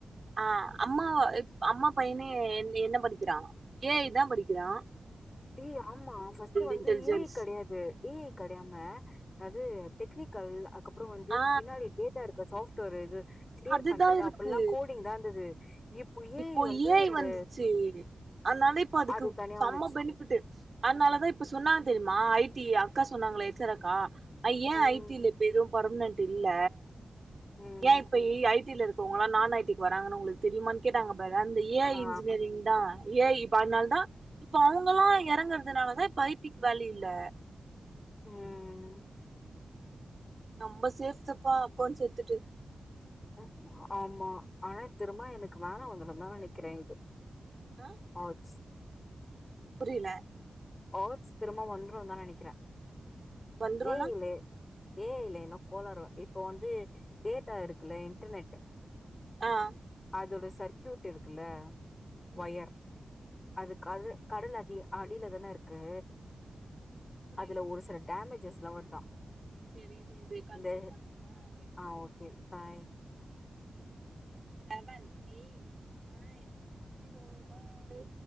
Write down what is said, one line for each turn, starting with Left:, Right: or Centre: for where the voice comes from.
Right: ஆ அம்மா அம்மா பையனே என் என்ன படிக்கிறான் ஏ ஐ இதான் படிக்கிறான்
Left: ஏய் ஆமா ஃபஸ்ட் வந்து
Right: இன்டெலிஜென்ஸ்
Left: ஏ ஜ கிடையாது ஏ இ கிடையாம அது டெக்னிக்கல் அதுக்கப்பறோ வந்து
Right: ஆ
Left: பின்னாடி டேட்டா இருக் சாஃப்ட்வர் இது கிளியர்
Right: அதுதா
Left: பண்றது
Right: இருக்கு
Left: அப்பல்லாம் கோடிங் தான் இருந்தது ஏ
Right: இப்போ
Left: ஐ வந்து
Right: ஏய்
Left: இந்த
Right: வந்துச்சு அதனால இப்ப அதுக்கு
Left: அது தனியா
Right: செம
Left: வந்துச்சு
Right: பெனிஃபிட்டு் அதனாலதான் இப்ப சொன்னாங்க தெரியுமா ஐ டி அக்கா சொன்னாங்களே எக்ஸரக்கா ஐ ஏன்
Left: ம்
Right: ஐ டி ல இப்ப எதுவும் பர்மனன்ட் இல்ல
Left: ம்
Right: ஏன் இப்ப ஐ டில இருக்கவங்களல்லா நான் ஐ டிக்கு வராங்கன்னு உங்களுக்கு தெரியுான்னு கேட்டாங்க பாரு அந்த ஏ ஐ
Left: ஆ
Right: இன்ஜினியரிங் அதா ஏ ஐ இப்ப அதனால தான் இப்ப அவங்கல்லாம் இறங்கறதுனாலதான் இப்ப ஐ டிக்கு வேல்யூ இல்ல
Left: ம் ம்
Right: நம்ப சேஃப்தப்பா அக்கௌண்ட்ஸ் சேத்துட்டு
Left: அம்மா அம்மா திரும்ப எனக்கு வேல வந்த மேர் தான் நெனைக்கிறேன் இது
Right: ஆ
Left: அவுட்ஸ்
Right: புரில
Left: ஓட்ஸ் திரும்ப வந்துரும் தான் நினைக்கிறேன்
Right: வந்துருனா
Left: ஏ ஜ ல ஏ ஐ ல இன்னும் கோலறுவ இப்ப வந்து டேட்டா இருக்குல்ல இன்டர்நெட்
Right: ஆ
Left: அதோட சர்க்கயூட் இருக்குல
Right: ம்
Left: வயர் அது கடல் அதி கடல் அடியில தானே இருக்கு
Right: புரியல
Left: அதுல ஒரு சில டேமேஜஸ்ல்லாம் வருதா
Right: சேரி இரு இரு கன்டிநியூ
Left: இந்த
Right: பண்ற விடு
Left: ஆ okay bye
Right: seven eight nine zero பாய்